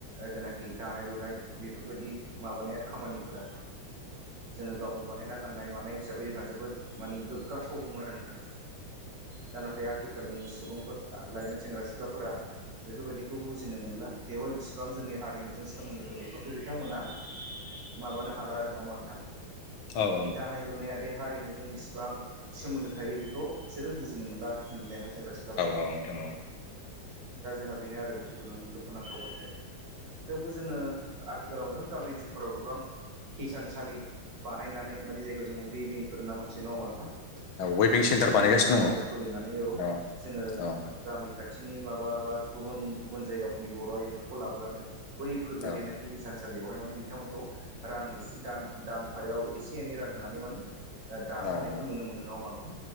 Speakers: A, on the right; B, on the left.
A: जेनाखि दानाय लुनाय बेफोरबायदि माबानाया। खामानिफोरा जोङो गावनो बानायना गाननाय मानाय हिसाबै जोंहा जोबोद। माने गोग्गाथावबोमोन आरो नोंथां दानाथ' आथिखालनि सुबुंफोरा लाइमोन। सेंग्रा सिख्लाफोरा बेफोरबायदिखौ बुजिनो मोनला बेवाय बिसि बां जोंनि हारिमुजों सोमोन्दो दं बेफोरखौ बिथांमोना माबानो हाला आरो ना नोंथां
B: औ
A: दानाय लुनाया। बे हारिमुजों बेसेबां सोमोन्दो थायो बेखौ बिसोर बुजि नो मोनला आथिखालनि लाइमोन सेंग्रा सिख्लाफोर
B: नोंथां औ
A: दा जोंहा बेनो आरो दुखुनां दुखुनांथाव बाथ्राया। थेवबो जोङो आथिखालाव नुदों गामि ओनसोलफोराव गोबां हिसानसालि बानायनानै माने जायखौ जों उइबिंफोर होनना मोनथियो नङा होमबा नोंथां।
B: वेबिं
A: बेफोरबायदि
B: सेन्टार बानायगासिनो
A: हिसानसालि
B: दङ
A: खुलिनानै जोङो
B: औ औ औ
A: गामि खाथि खाथिनि माबा <unintelligible> गुबुन गुबुन जायगाफोरनि बर' आइजोफोरखौ लाबोनानै बैफोरबायदिनाखि
B: औ
A: हिसानसालि। लियावहाय माने बिथांमोनखौ रां इसे दान-दानफायाव एसे एनै रां होनानै माने ओ दाहोनायखौ
B: औ
A: नुनो मोनो नङा होमबा नोंथां